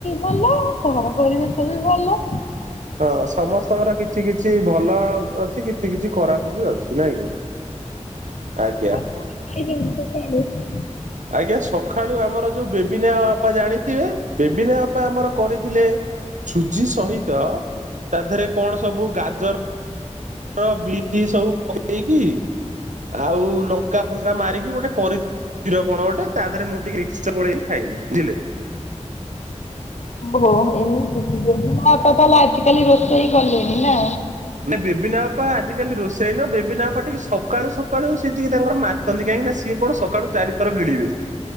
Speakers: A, on the left; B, on the right.
A: ଭଲ। ସହର ପରିବେଶ ବି ଭଲ।
B: ହଁ, ସମସ୍ତଙ୍କର କିଛି କିଛି ଭଲ ଅଛି, କିଛି କିଛି ଖରାପ ବି ଅଛି। ନାଇଁ କି!
A: <inaudible>
B: ଆଜ୍ଞା ଆଜ୍ଞା, ସଖାଳୁ ଆମର ଯୋଉ ବେବିନା ଅପା ଜାଣିଥିବେ? ବେବିନା ଅପା ଆମର କରିଥିଲେ ସୁଜି ସହିତ ତା ଦେହରେ କଣ ସବୁ ଗାଜର ର ବିଟ୍ ସବୁ ପକେଇକି ଆଉ ଲଙ୍କା, ଫଙ୍କା ମାରିକି ଗୋଟେ କରି କ୍ଷୀର କଣ ଗଟେ, ତା ଦେହରେ ମୁଁ ଟିକେ ମିକ୍ସଚ ଗୋଳେଇକି ଖାଇଲି ଝିଲେ!
A: ଓହ! ଏମିତି କି ବେବିନା ଅପା ତାହେଲେ, ଆଜି କାଲି ରୋଷେଇ କଲେଣି ନା!
B: ନା ବେଭିିନାପା ଆଜିିକାଲି ରୋଷ୍ ସେଇନ ବେବିନା ଅପା ଟିକେ, ସକାଳୁ ସକାଳୁ ସିଏ ଟିକେ ତାଙ୍କର ମାତନ୍ତି। କାହିଁକି ନା, ସିଏ କଣ ସକାଳୁ ଚାରିଥର ଗିଳିବେ।